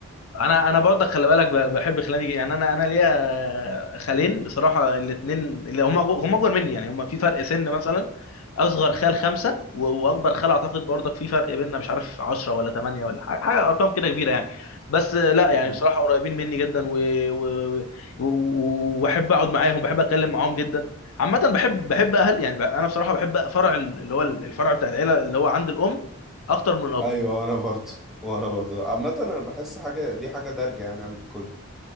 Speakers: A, on the left; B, in the centre.
A: انا انا برضه خلي بالك ب- بحب خلاني يعني انا انا ليا خالين بصراحه الاثنين اللي هم هم اكبر مني يعني هم في فرق سن مثلا اصغر خال خمسه و- واكبر خال اعتقد برضك في فرق بيننا مش عارف 10 ولا 8 ولا حاجه حاجه ارقام كده كبيره يعني بس آه، لا يعني
B: مم.
A: بصراحه قريبين مني جدا و- و- و- و- واحب اقعد معاهم بحب اتكلم معاهم جدا عامه بحب بحب اهل يعني ب- انا بصراحه بحب فرع ال- اللي هو الفرع بتاع العيله اللي هو عند الام اكتر من الاب
B: ايوه وانا برضه وانا برضه عامه انا بحس حاجه دي حاجه دارجه يعني عند الكل